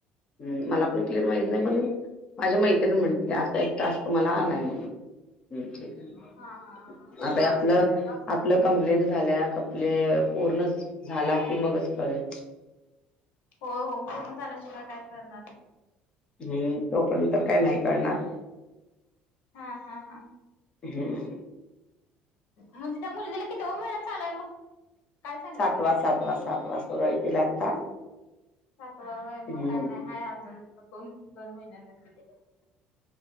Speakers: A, on the left; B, on the left.
A: ह मला पण क्लिअर माहित नाही पण माझी मैत्रिणी म्हंटली असा एक टास्क. मला आलाय म्हणून <unintelligible>
B: हा हा हा
A: मग आता आपल
B: असेल तसच असेल.
A: आपल. कंप्लिंट झाल्या कंप्ले पूर्णच झाला कि मगच कळेल.
B: हो हो पूर्ण झाल्याशिवाय काय कळणार नाही.
A: हम्म तोपर्यंत तर काय नाही कळणार.
B: हां हां हां
A: हम्म
B: म्हणजे त्या मुलगीला कितवा महिना चालूय, मग. काय सांगितली?
A: सातवा सातवा सातवा सुरु हाय तिला आता.
B: सातवा होय,
A: हम्म
B: म काय नाही हाय अजून दोन <inaudible> डिलिव्हरी.